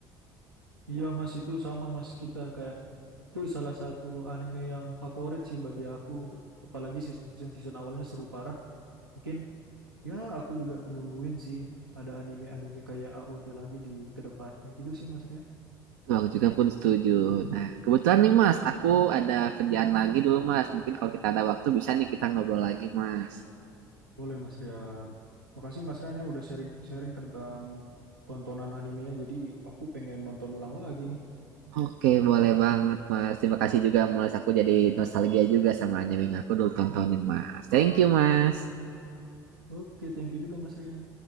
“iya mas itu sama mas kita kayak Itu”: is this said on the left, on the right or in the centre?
Right